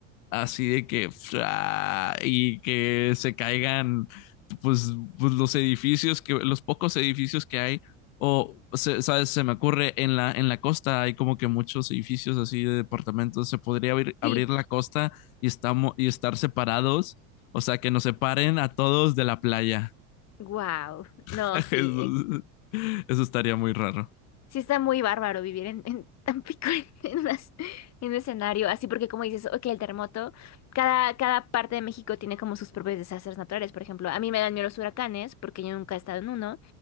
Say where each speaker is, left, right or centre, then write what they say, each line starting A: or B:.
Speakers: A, on the left; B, on the left.
A: así de que fra, y que se caigan pues, pues, los edificios que los pocos edificios que hay o se, sabes se me ocurre en la en la costa hay como que muchos edificios así de departamentos se podría abrir,
B: sí,
A: abrir la costa y estamos y estar separados o sea que nos separen a todos de la playa
B: wow.
A: <laughs>
B: No, sí.
A: eso, eso estaría muy raro
B: Sí está muy bárbaro vivir en, en Tampico <laughs> en, en unas- en un escenario así, porque como dices, ok, el terremoto, cada, cada parte de México tiene como sus propios desastres naturales. Por ejemplo, a mí me dan miedo los huracanes, porque yo nunca he estado en uno,